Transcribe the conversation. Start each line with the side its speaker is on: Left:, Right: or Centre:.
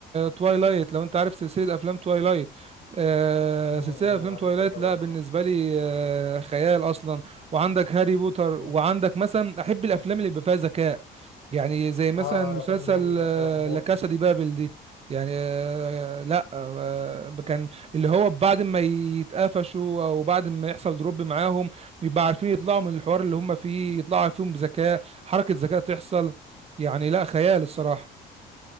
Right: توايلايت لو انت عارف سلسلة افلام توايلايت آه
Left: امم
Right: سلسلة افلام
Left: عارفها
Right: توايلايت
Left: طبعا
Right: لا بالنسبة
Left: اه
Right: لي آه، خيال اصلا وعندك هاري بوتر وعندك
Left: امم
Right: مثلا احب الافلام
Left: ايوه
Right: اللي بيبقى فيها ذكاء يعني زي مثلا
Left: اه
Right: مسلسل
Left: آه، الافلام اللي هي بيبقى
Right: آه
Left: فيها غموض
Right: لا كاسا
Left: دي
Right: دي بابل دي يعني آه، لا آه، كان اللي هو بعد ما يتقفشوا او بعد ما يحصل دروب معاهم يبقى عارفين يطلعوا من الحوار اللي هم فيه يطلعوا فيهم بذكاء حركة ذكاء تحصل يعني لا خيال الصراحة